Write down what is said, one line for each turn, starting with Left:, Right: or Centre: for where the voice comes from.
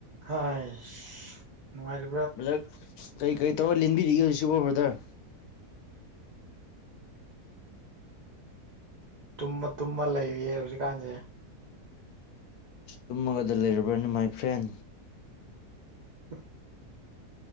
Right: ꯍꯥꯏ꯭ꯁ ꯅꯨꯡꯉꯥꯏꯔꯤ
Left: ꯕ꯭ꯔꯥꯗꯛ ꯀꯔꯤ ꯀꯔꯤ ꯇꯧꯔ ꯂꯦꯟꯕꯤꯔꯤꯒꯦ ꯍꯧꯖꯤꯛꯁꯤꯕꯣ ꯕ꯭ꯔꯥꯗꯔ
Right: ꯇꯨꯝꯃ ꯇꯨꯝꯃ ꯂꯩꯔꯤꯌꯦ ꯍꯧꯖꯤꯛꯀꯥꯟꯖꯦ
Left: ꯇꯨꯝꯃꯒꯗ ꯂꯩꯔꯕ꯭ꯔꯅꯦ ꯃꯥꯏ ꯐ꯭ꯔꯦꯟ
Right: <unintelligible>